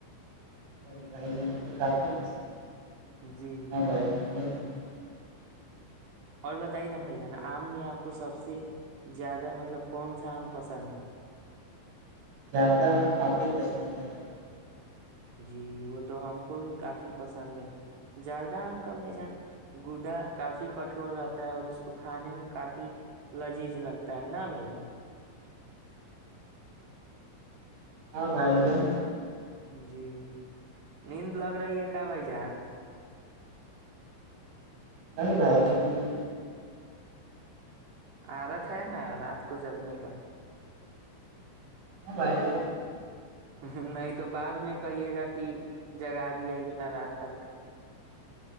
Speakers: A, on the right; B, on the right.
A: اورے رہائیج تو کافل سان
B: جی
A: ہ موت <inaudible> <unintelligible>
B: اور بتائیے نا بھائی جانا آم میں آپ کو سب سے زیادہ مطلب کون سا آم پسند
A: زیادہ کافی پسند ہے
B: جی وہ تو ہم کو بھی کافی پسند ہے زردہ آ ہم کا بھ جان گودا کافی کٹھور رہتا ہے اور اس کو کھانے میں کافی لذیذ لگتا ہے نا بھائی جن
A: ہاں بھائی جان
B: جی نیند لگ رہی ہے کیا بھائی جان
A: نہیں رہائے گ نہیں
B: عادت ہے نا رات کو جگنے کا
A: ہاں بھائی ج
B: نہیں تو بعد میں کہیے گا کہ جگا دیا اتنا رات تک